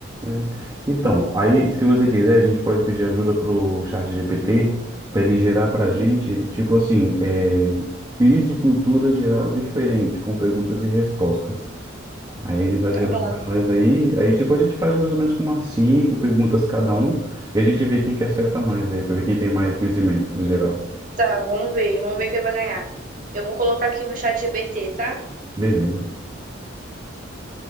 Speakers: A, on the right (about 20°); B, on the right (about 40°).
A: é. Então, aí se você quiser, a gente pode pedir ajuda pro Chat GPT para ele gerar pra gente, tipo assim, é, quiz de cultura geral diferente, com perguntas e respostas. Aí ele vai
B: Tá
A: gerar
B: bom.
A: para nós aí. Aí, tipo, a gente faz mais ou menos com umas cinco perguntas cada um. E a gente vê quem que acerta mais aí, para ver quem tem mais conhecimento no geral.
B: Tá, vamos ver. Vamos ver quem vai ganhar. Eu vou colocar aqui no chat GBT, tá?
A: Beleza,